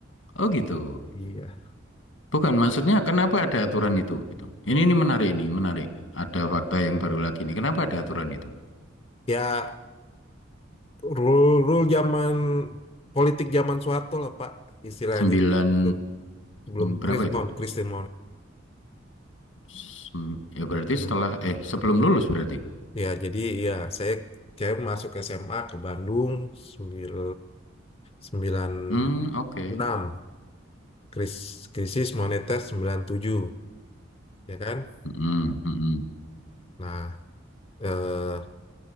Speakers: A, on the left (about 80°); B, on the left (about 30°).
A: Oh gitu.
B: iya
A: Bukan maksudnya kenapa ada aturan itu gitu. Ini ini menarik ini, menarik. Ada fakta yang baru lagi nih. Kenapa ada aturan itu?
B: ya rule-rule zaman politik zaman Soeharto lah Pak istilahnya
A: Sembilan
B: sebelum sebelum
A: berapa
B: Chris
A: itu?
B: Mon, Christian
A: Sem- ya berarti
B: Nah,
A: setelah eh sebelum lulus berarti.
B: ya jadi ya saya kayak masuk SMA ke Bandung sembil, sembilan
A: Hmm, oke.
B: enam kris- krisis moneter sembilan tujuh ya kan.
A: Mm-mm, mm-mm.
B: Nah, eh,